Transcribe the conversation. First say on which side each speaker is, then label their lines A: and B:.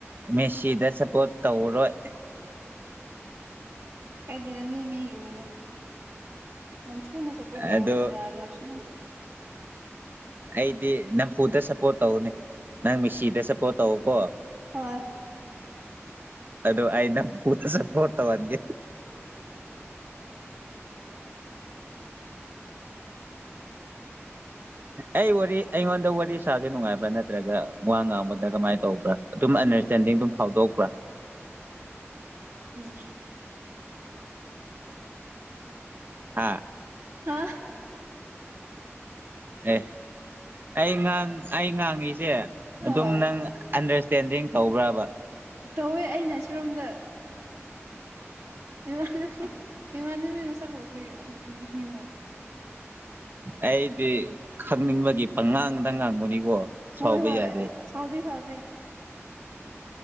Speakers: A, on the right; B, on the right.
A: ꯃꯦꯁꯤꯗ ꯁꯞꯄꯣꯔꯠ ꯇꯧꯔꯣꯏ
B: ꯀꯥꯢꯗꯦꯗ ꯃꯤ ꯃꯤꯒꯤꯅꯤꯗ ꯅꯝꯗ ꯐꯨꯜ ꯁꯄꯣꯔꯠ ꯇꯧꯑꯣꯁꯨ
A: ꯑꯗꯣ
B: ꯌꯥꯗꯧ ꯅꯠꯇꯦ
A: ꯑꯩꯗꯤ ꯅꯝꯐꯨꯗ ꯁꯞꯄꯣꯠ ꯇꯧꯅꯤ ꯅꯪ ꯃꯤꯁꯤꯗ ꯁꯞꯄꯣꯠ ꯇꯧꯀꯣ
B: ꯍꯣꯏ
A: ꯑꯗꯣ ꯑꯩ ꯅꯝꯐꯨꯗ ꯁꯄꯣꯠ ꯇꯧꯍꯟꯒꯦ ꯑꯩ ꯋꯥꯔꯤ ꯑꯩꯉꯣꯟꯗ ꯋꯥꯔꯤ ꯁꯥꯕ ꯅꯨꯡꯉꯥꯏꯕ꯭ꯔꯥ ꯅꯠꯇ꯭ꯔꯒ ꯋꯥ ꯉꯥꯡꯕꯗ ꯀꯃꯥꯏꯅ ꯇꯧꯕ꯭ꯔꯥ ꯑꯗꯨꯝ ꯑꯟꯗꯔꯁꯇꯦꯟꯗꯤꯡ ꯑꯗꯨꯝ ꯐꯥꯎꯗꯣꯛꯄ꯭ꯔꯥ <inaudible>
B: ꯎꯝ
A: ꯍꯥ
B: ꯍꯥ
A: ꯑꯦ ꯑꯩ ꯉꯥꯡ ꯑꯩ ꯉꯥꯡꯉꯤꯁꯦ ꯑꯗꯨꯝ
B: ꯑꯧ
A: ꯅꯪ ꯑꯟꯗꯔꯁꯇꯦꯟꯗꯤꯡ ꯇꯧꯕ꯭ꯔꯕ
B: ꯇꯧꯋꯦ ꯑꯩꯅ ꯁꯤꯔꯣꯝꯗ ꯏꯃꯥꯟꯅꯕꯤ ꯏꯃꯥꯟꯅꯕꯤ ꯃꯁꯛ ꯎꯕꯒꯤꯑꯗꯨꯏ ꯅꯣꯛꯅꯤꯡꯕ
A: ꯑꯩꯗꯤ ꯈꯪꯅꯤꯡꯕꯒꯤ ꯄꯉꯥꯡꯗ ꯉꯥꯡꯕꯅꯤꯀꯣ ꯁꯥꯎꯕ
B: ꯍꯣꯏ ꯍꯣꯏ
A: ꯌꯥꯗꯦ
B: ꯁꯥꯎꯗꯦ ꯁꯥꯎꯗꯦ